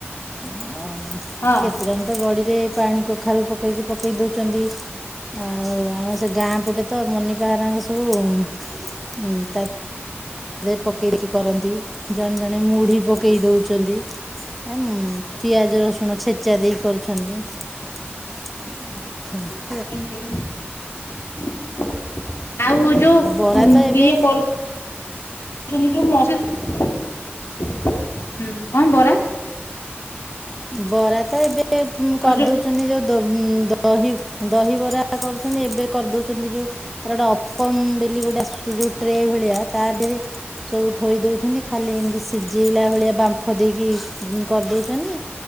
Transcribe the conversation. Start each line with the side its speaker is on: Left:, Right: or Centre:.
Centre: ଅ
Left: ହଁ
Centre: କେତେ ଜନ୍ ତ ବଡ଼ିରେ ପାଣି କଖାରୁ ପକେଇକି ପକେଇ ଦେଉଛନ୍ତି। ଆଉ ଆମ ସେ ଗାଁ ପଟେ ତ ମନିପା ହରାଙ୍କ ସବୁ ତା ତାରେ ପକେଇକି କରନ୍ତି ଜଣେ ଜଣେ ମୁଢି ପକେଇ ଦଉଛନ୍ତି। ଆ ପିଆଜ ରସୁଣ ଛେଚା ଦେଇ କରୁଛନ୍ତି। <unintelligible>
Left: <unintelligible> ଆଉ ଯୋଉ
Centre: ବରା
Left: ଉଁ
Centre: ତ ଏବେ
Left: ଇଏ କରୁ <unintelligible>
Centre: ବରା ତ ଏବେ
Left: ଆଉ
Centre: କରିଦ
Left: ଯୋଉ
Centre: ଉଚନ୍ତି ଯୋଉ ଦ-ଦହି-ଦହିବରା କରୁଛନ୍ତି ଏବେ କରିଦଉ ଛନ୍ତି ଯୋଉ ତାର ଗୋଟେ ଅପମ ବୋଲି ଗୋଟେ ଆ ସୂଚି ଯୋଉ ଟ୍ରେ ଭଳିଆ, ତା ଦେହରେ ସବୁ ଥୋଇ ଦେଉଛନ୍ତି ଖାଲି ଏମିତି ସିଝେଇଲା ଭଳିଆ ବାମ୍ପ ମ୍ଫ ଦେଇକି କରିଦଉଛନ୍ତି